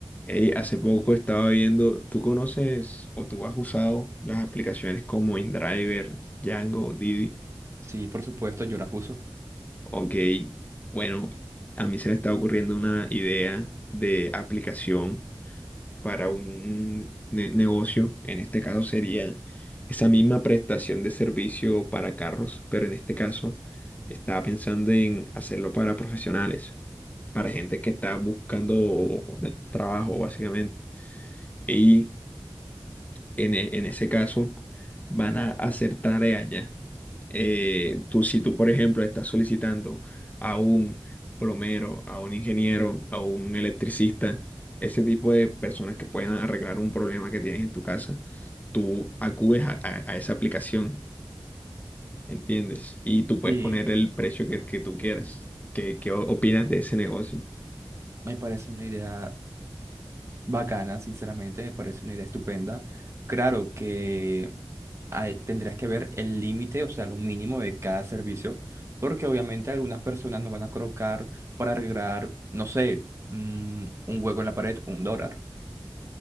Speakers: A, on the left (about 20°); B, on the right (about 35°).
A: Ey, hace poco estaba viendo, ¿tú conoces o tú has usado las aplicaciones como InDriver, Django, Didi?
B: Sí, por supuesto, yo las uso.
A: Ok, bueno, a mí se me está ocurriendo una idea de aplicación para un ne- negocio. En este caso sería esa misma prestación de servicio para carros, pero en este caso estaba pensando en hacerlo para profesionales, para gente que está buscando de- trabajo básicamente. Y en, e- en ese caso van a hacer tareas ya. Eh, tú, si tú, por ejemplo, estás solicitando a un plomero, a un ingeniero, a un electricista, ese tipo de personas que pueden arreglar un problema que tienes en tu casa, tú acudes a, a- a esa aplicación, ¿entiendes? Y tú puedes
B: Sí,
A: poner el precio que, que tú quieras. ¿Qué, qué o- opinas de ese negocio?
B: me parece una idea bacana, sinceramente, me parece una idea estupenda. Claro que hay- tendrías que ver el límite, o sea, lo mínimo de cada servicio, porque obviamente algunas personas no van a colocar para arreglar, no sé, mm, un hueco en la pared, un dólar.